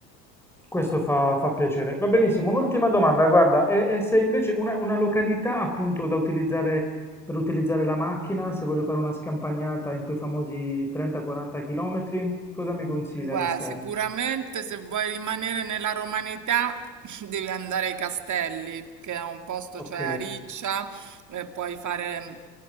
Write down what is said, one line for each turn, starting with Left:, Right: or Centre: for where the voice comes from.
Centre: Questo fa, fa piacere. Va benissimo, un'ultima domanda, guarda, e, e se invece una, una località appunto da utilizzare per utilizzare la macchina, se voglio fare una scampagnata in quei famosi 30-40 km, cosa mi consiglia
Right: Guarda,
Centre: all'esterno?
Right: sicuramente se vuoi rimanere nella romanità <laughs> devi andare ai Castelli, che è un posto,
Centre: Ok,
Right: cioè a Riccia, e puoi fare